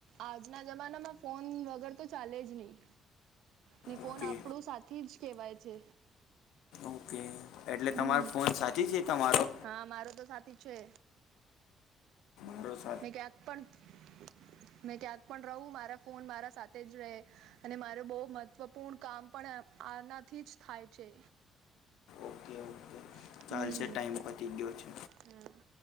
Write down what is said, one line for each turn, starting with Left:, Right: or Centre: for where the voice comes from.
Right: આજના જમાનામાં ફોન વગર તો ચાલે જ નહીં. ને ફોન
Left: ઓકે
Right: આપણું સાથે જ કેવાય છે.
Left: ઓકે એટલે
Right: હમ
Left: તમારો ફોન સાથી છે તમારો,
Right: હા મારો તો સાથી છે.
Left: બ. <unintelligible>
Right: મે ક્યાંક પણ મે ક્યાંક પણ રહું મારા ફોન મારા સાથે જ રહે. અને મારે બહુ મહત્વપૂર્ણ કામ પણ આનાથી જ થાય છે.
Left: ઓકે ઓકે,
Right: હમ
Left: ચાલશે ટાઈમ પતી ગયો છે.
Right: હા